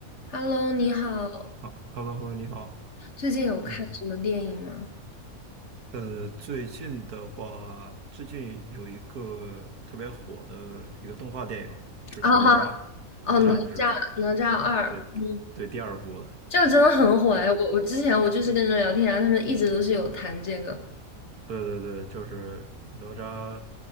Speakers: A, on the left; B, on the right.
A: Hello，你好，
B: 好，Hello，Hello，你好。
A: 最近有看什么电影吗？
B: 嗯，呃，最近的话，最近有一个特别火的一个动画电影，就是哪吒。
A: 啊哈，哦，
B: 哪吒你知道吧？
A: 哪吒，哪吒二，
B: 对，
A: 嗯，
B: 对，第二部的。
A: 这个真的很火哎，
B: 啊，
A: 我我之前我就是跟人聊天，然后他们一直都是有谈这个
B: 对对对，就是哪吒，